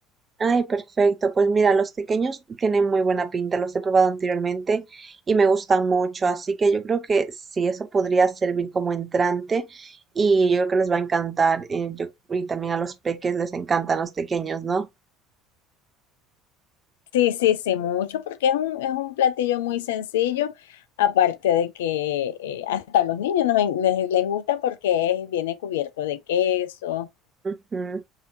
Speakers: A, on the right (about 25°); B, on the left (about 70°).
A: Ay, perfecto. Pues mira, los pequeños tienen muy buena pinta, los he probado anteriormente y me gustan mucho, así que yo creo que sí, eso podría servir como entrante y yo creo que les va a encantar eh, yo- y también a los peques les encantan los pequeños, ¿no?
B: Sí, sí, sí, mucho, porque es un, es un platillo muy sencillo, aparte de que eh, hasta a los niños nos en- les, les gusta porque es- viene cubierto de queso
A: Ujú,